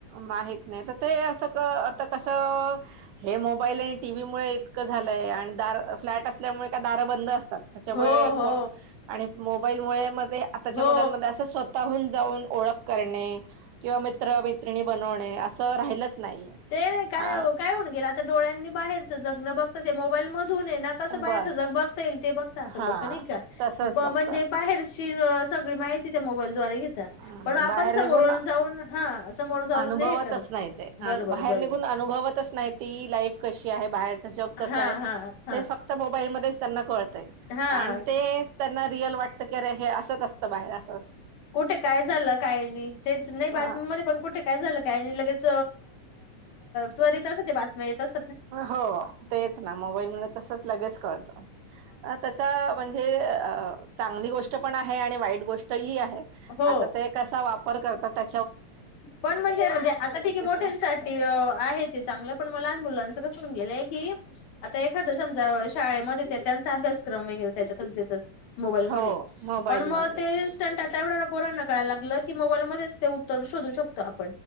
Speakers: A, on the right (about 70°); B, on the left (about 70°).
A: माहत नाही तर ते अस आता कस हे मोबाईल आणि टीव्ही मुळे इतकं झालंय आणि दार फ्लॅट असल्यामुळे का दार बंद असत. त्याच्यामुळे
B: हो हो
A: आणि मोबाईल मुळे ते आताच्या
B: हो
A: मुलांमध्ये अस शोधतात. स्वताहुन जाऊन ओळख करणे किवा मित्र मैत्रिणी बनवणे अस राहिलंच. नाही
B: ते नाही काय
A: अ
B: काय होन गेलं आता डोळ्यांनी बाहेरचं जग न बघत ते मोबाईल म मधुन आहे न कस बाहेर
A: बस
B: जग बघता येईल ते बघता आता
A: हा
B: लोक म्हणजे
A: तसच बघतात
B: बाहेर. ती सगळी माहिती त्या मोबाईल द्वारे घेतात
A: हम्म
B: पण आपण
A: बाहेर निघून
B: समोरून जाऊन हा समोर जाऊन
A: अनुभवतच
B: नाही हे करत.
A: नाही ते
B: बरोबर
A: बाहेर
B: बरोबर
A: निघून अनुभवतच नाही ती लाईफ कशी आहे बाहेर. जग
B: हा
A: कस आहे
B: हा हा
A: ते फक्त मोबाईल त्यांना कळतय
B: हा
A: आणि त्यांना. रिअल वाटतरे हे असंच असतं बाहेर असं
B: कुठे काय झालं काही नाही तेच नाही
A: लागत
B: बातमीमध्ये पण कुठे काय झालं काय नाही लगेच त्वर येत अस ते बातम्या येतच
A: हो तेच ना मोबाईल म तसच लगेच कळतं त्याचा म्हणजे अ,
B: ह
A: चांगली गोष्ट पण आहे आणि वाईट गोष्ट ह आहे
B: हो
A: आता ते कसा वापर करतात त्या
B: पण म्हणजे म्हणजे आता ठीके मोठ्यांसाठी
A: कसे वापर
B: आहे ते चांगलं पण लहान मुलां कसण गेलंय की आता एखाद समजा शाळेमध्ये ते त्यांचा अभ्यासक्रम वगैरे त्याच्यातच देतात मोबाईल मध्ये
A: हो मोबाईल
B: पण मग
A: म
B: ते इन्स्टंट आता एवढं ोरांना कळाय लागलं की मोबाईल मध्येच ते उत्तर शोधू शकतो आप